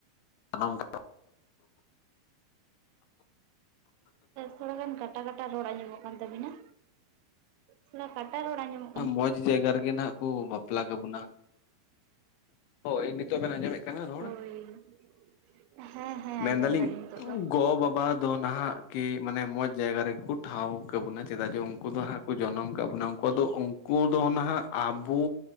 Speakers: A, on the left (about 80°); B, on the right (about 85°).
A: <unintelligible>
B: ᱛᱷᱚᱲᱟ ᱜᱟᱱ ᱠᱟᱴᱟ ᱠᱟᱴᱟ ᱨᱚᱲ ᱟᱸᱡᱚᱢᱚᱜ ᱠᱟᱱ᱾ ᱛᱟᱹᱵᱤᱱᱟ ᱛᱷᱚᱲᱟ ᱠᱟᱴᱟ ᱨᱚᱲ ᱧᱟᱢᱚᱜ
A: ᱢᱚᱸᱡᱽ ᱡᱟᱭᱜᱟ ᱨᱮᱜᱮ ᱱᱟᱜ ᱠᱚ ᱵᱟᱯᱞᱟ ᱠᱟᱵᱚᱱᱟ᱾ ᱦᱳᱭ ᱱᱤᱛᱳᱜ ᱵᱮᱱ ᱟᱸᱡᱚᱢᱮᱜ ᱠᱟᱱᱟ ᱨᱚᱲ?
B: <unintelligible> ᱦᱮ, ᱸ ᱦᱮᱸ᱾
A: ᱢᱮᱱᱫᱟᱞᱤᱧ
B: ᱟᱸᱡᱚᱢ ᱫᱟᱞᱤᱧ ᱱᱤᱛᱚᱜ ᱫᱚ
A: ᱜᱚ ᱵᱟᱵᱟ ᱫᱚ ᱱᱟᱦᱟᱜ ᱠᱤ ᱢᱟᱱᱮ ᱢᱚᱸᱡᱽ ᱡᱟᱭᱜᱟ ᱨᱮᱜᱮ ᱠᱚ ᱴᱷᱟᱶ ᱠᱟᱵᱚᱱᱟ ᱪᱮᱫᱟᱜ ᱡᱮ ᱩᱱᱠᱩ ᱫᱚ ᱦᱟᱸᱜ ᱠᱚ ᱡᱚᱱᱚᱢ ᱠᱟᱜ ᱵᱚᱱᱟ ᱩᱱᱠᱩ ᱫᱚ ᱩᱱᱠᱩ ᱫᱚ ᱱᱟᱦᱟᱜ ᱟᱵᱚ